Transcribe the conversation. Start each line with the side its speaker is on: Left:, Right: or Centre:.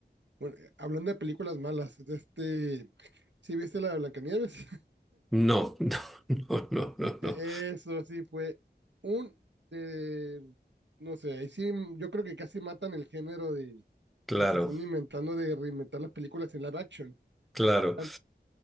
Right: Bueno, eh, hablando de películas malas, este, ¿sí viste la de Blancanieves? <laughs>
Centre: No, <laughs> no, no, no, no,
Right: E-
Centre: no.
Right: Eso sí fue un, eh, no sé, ahí sí yo creo que casi matan el género de
Centre: Claro,
Right: que se están inventando de reinventar las películas en live action.
Centre: claro,
Right: Tan-